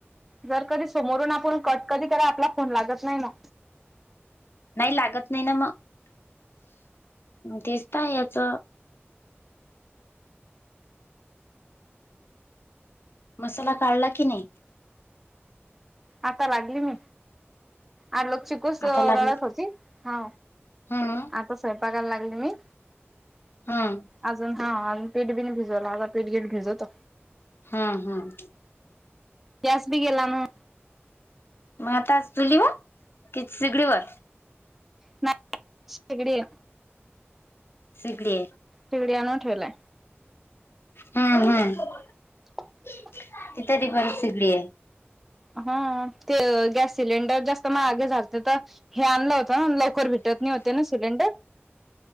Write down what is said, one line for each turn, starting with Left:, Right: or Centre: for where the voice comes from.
Centre: जर कधी समोरून आपण कट कधी करा आपला फोन लागत नाही ना
Left: नाही लागत नाही ना मग तेच त हाय याच मसाला काढला की नाही
Centre: आता लागली मी आठ <unintelligible> कस
Left: आता लागली
Centre: रडत होती हा
Left: हम्म
Centre: आता स्वयंपाकायला लागली मी
Left: हम
Centre: अजून हा पीठ बीन भिजवला आता पीठ घीट भिजवतो
Left: हम हम
Centre: गॅस बी गेला ना
Left: मग आता चुलीवर कि शिगडीवर
Centre: नाही शेगडी य
Left: सीगडी
Centre: तिकडे आणून ठेवलाय.
Left: हाय हम हम
Centre: <inaudible>
Left: <unintelligible> सिगडी हाय
Centre: हा ते गॅस सिलेंडर जास्त महागे झालते तर हे आणलं होत ना लवकर भेटत नाही होते ना सिलेंडर